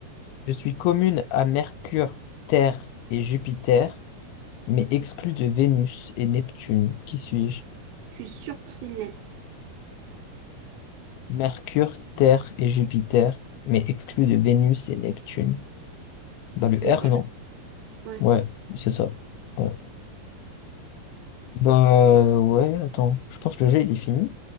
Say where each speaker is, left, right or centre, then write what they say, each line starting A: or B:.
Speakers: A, on the left; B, on the right.
A: Je suis commune à Mercure, Terre et Jupiter, mais exclue de Vénus et Neptune. Qui suis-je?
B: Je suis sûre que c'est une lettre.
A: Mercure, Terre et Jupiter, mais exclue de Vénus et Neptune. Dans le R,
B: Le R,
A: non?
B: ouais.
A: Ouais, c'est ça. Ouais. Bah ouais, attends, je pense que le jeu il est fini.